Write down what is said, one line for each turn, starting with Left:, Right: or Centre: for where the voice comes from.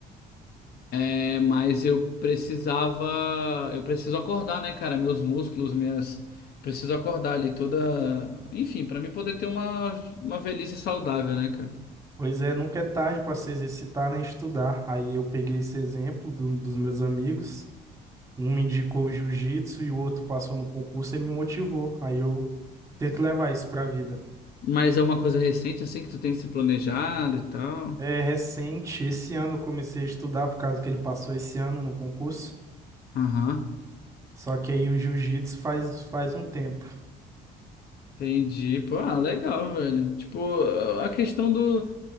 Left: É, mas eu precisava, eu preciso acordar, né, cara? Meus músculos, minhas, preciso acordar ali toda, enfim, pra mim poder ter uma uma velhice saudável, né, cara?
Right: Pois é, nunca é tarde para se exercitar nem estudar. Aí eu peguei esse exemplo do- dos meus amigos. Um me indicou o jiu-jitsu e o outro passou no concurso e me motivou. Aí eu tento levar isso pra vida.
Left: Mas é uma coisa recente, assim que tu tem se planejado e tal.
Right: É recente, esse ano eu comecei a estudar por causa que ele passou esse ano no concurso.
Left: Aham.
Right: Só que aí o jiu-jitsu faz, faz um tempo.
Left: Entendi. Pô, ah, legal, velho. Tipo, a questão do,